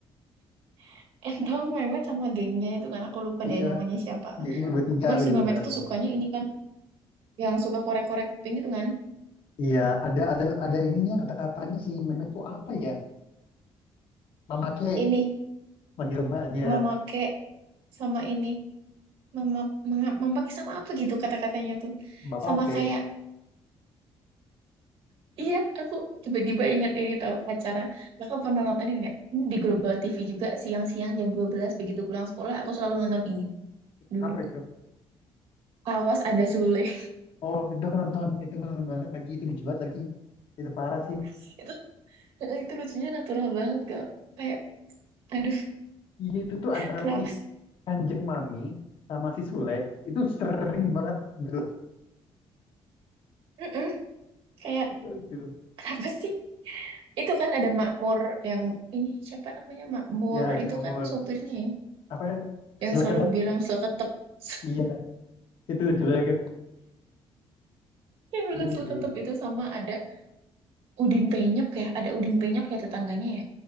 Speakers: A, on the right (about 70°); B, on the left (about 60°).
A: <laughs> Entong, Memet sama gengnya itu kan aku lupa
B: Iya.
A: deh namanya siapa.
B: Jadi bertiga
A: Cuman
B: aku
A: si
B: juga
A: Memet
B: lupa namanya.
A: itu sukanya ini kan yang suka korek-korek kuping itu kan.
B: Iya, ada ada ada ininya kata-katanya si Mehmet tuh apa ya? Mama ke
A: Ini
B: manggil mbaknya,
A: memakai sama ini mema, menga- memakai sama apa gitu kata-katanya tuh.
B: bapak
A: Sama
B: ke
A: kayak Iya, aku tiba-tiba ingat ini tahu acara. Kakak pernah nonton ini nggak? Ini di Global TV juga siang-siang jam 12 begitu pulang sekolah aku selalu nonton ini dulu.
B: apa itu?
A: Awas ada Sule.
B: Oh, itu aku nonton, itu aku nonton banget lagi, itu lucu banget lagi. Itu parah sih.
A: <laughs> Itu eh, itu lucunya natural banget Kak. Kayak aduh,
B: Iya, itu tuh antara
A: kenapa
B: si
A: sih?
B: Kanjeng Mami sama si Sule, itu sering banget gelut.
A: Mm-mm. Kayak
B: Itu lucu.
A: kenapa sih? Itu kan ada Makmur yang ini siapa namanya Makmur
B: Ya, si
A: itu
B: Mamor.
A: kan sopirnya ya
B: Apa ya?
A: yang
B: Sule
A: selalu
B: kedap.
A: bilang seketep. <laughs>
B: Iya, itu lucu banget.
A: Yang bilang
B: Terus
A: seketep
B: jadi,
A: itu sama ada Udin Penyok ya, ada Udin Penyok ya tetangganya ya.